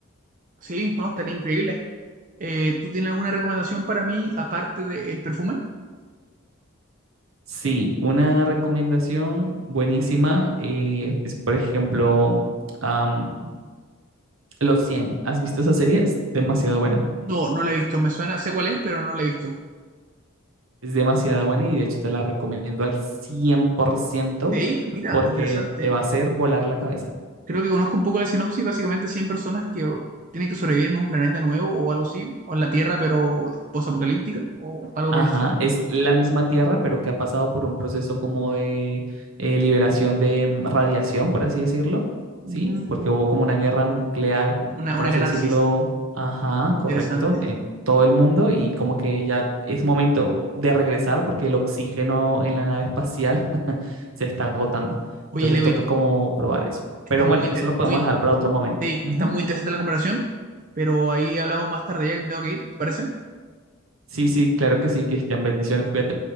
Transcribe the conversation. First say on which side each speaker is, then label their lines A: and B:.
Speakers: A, on the right; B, on the right.
A: Sí, no, están increíbles. Eh, ¿tú tienes alguna recomendación para mí aparte del perfume?
B: Sí, una recomendación buenísima eh, es, por ejemplo, am, Los 100. ¿Has visto esa serie? Es demasiado buena.
A: No, no la he visto. Me suena, sé cuál es, pero no la he visto.
B: Es demasiado buena y de hecho te la recomiendo al 100%
A: Sí, mira,
B: porque
A: interesante.
B: te
A: ¿eh?
B: va a hacer volar la cabeza.
A: Creo que conozco un poco la sinopsis. Básicamente, 100 personas que tienen que sobrevivir en un planeta nuevo o algo así, o en la Tierra, pero después apocalíptica o algo
B: Ajá,
A: por el estilo.
B: es la misma Tierra, pero que ha pasado por un proceso como de eh, liberación de mm, radiación, por así decirlo, ¿sí?
A: Mm,
B: Porque hubo como una guerra nuclear,
A: una,
B: por
A: una
B: así
A: catarsis.
B: decirlo, ajá,
A: Interesante.
B: correcto, en todo el mundo y como que ya es momento de regresar porque el oxígeno en la nave espacial <laughs> se está agotando. Entonces
A: Oye, Levin,
B: toca como probar eso.
A: está
B: Pero
A: muy,
B: bueno,
A: inter-
B: eso lo podemos
A: muy,
B: dejar para otro momento.
A: sí,
B: Ujú.
A: está muy interesante la comparación, pero ahí hablamos más tarde ya que me tengo que ir, ¿te parece?
B: Sí, sí, claro que sí, Cristian, bendiciones, cuídate.